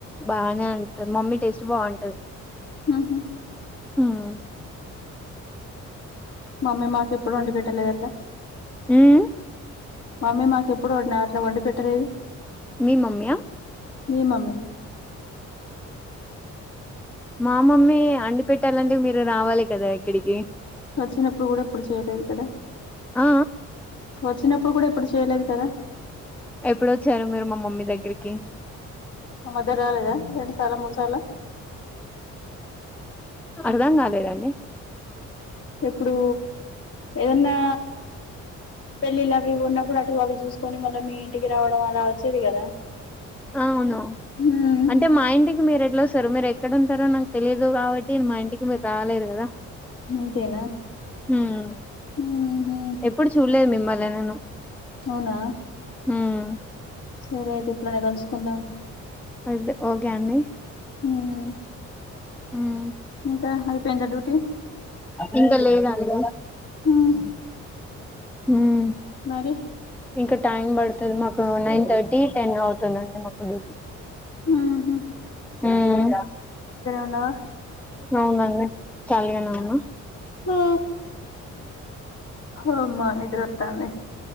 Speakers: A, in the centre; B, on the left (about 55°).
A: బానే అంటరు మమ్మీ టేస్ట్ బాగుంటది
B: మ్మ్ హు
A: మ్మ్
B: మమ్మీ మాకు ఎప్పుడు వండి పెట్టలేదు అట్లా
A: ఉమ్
B: మమ్మీ మాకు ఎప్పుడు వండి అట్లా వండి పెట్టలేదు
A: మీ మమ్మీ అ
B: మీ మమ్మీ
A: మా మమ్మీ వండి పెట్టాలంటే మీరు రావాలి కదా ఇక్కడికి
B: వచ్చినప్పుడు కూడా ఏప్పుడు చేయలేదు కదా
A: ఆ
B: వచ్చినప్పుడు కూడా ఎప్పుడు చేయలేదు కదా
A: ఎప్పుడొచ్చారు మీరు మా మమ్మీ దగ్గరికి
B: మా మదర్ రాలేదా రెండు సార్లో మూడు సార్లో
A: అర్థం కాలేదండి
B: ఇప్పుడు ఏదన్నా పెళ్ళిళ్ళ అవి ఉన్నప్పుడు అటు అవి చూసుకొని మళ్ళీ మీ ఇంటికి రావడం అలా వచ్చేది కదా
A: అవును
B: హ్మ్
A: అంటే మా ఇంటికి మీరు ఎట్లా వస్తారు మీరు ఎ ఎక్కడంటారో నాకు తెలియదు కాబట్టి మా ఇంటికి మీరు రాలేరు కదా
B: అంతేనా
A: మ్మ్
B: ఊహూ
A: ఎప్పుడు చూడలేదు మి మ్మల్ని నేను
B: అవునా
A: మ్మ్
B: సరే అయితే ఇప్పుడైనా కలుసుకుందాం
A: అతే ఓకే అండి
B: మ్మ్
A: మ్మ్
B: ఇంకా అయిపోయిందా డ్యూటీ
A: ఇంకా లేదండి
B: హ్మ్
A: మ్మ్
B: మరి
A: ఇంకా టైమ్ పడుతుంది మాకు నైన్ థర్టీ టెన్ అవుతుందండి మాకు డ్యూటీ
B: మ్మ్
A: మ్మ్
B: ఉన్నావా
A: అవున అండి ఖాళీగానే ఉన్న
B: హ అమా నిదారోత్తాంది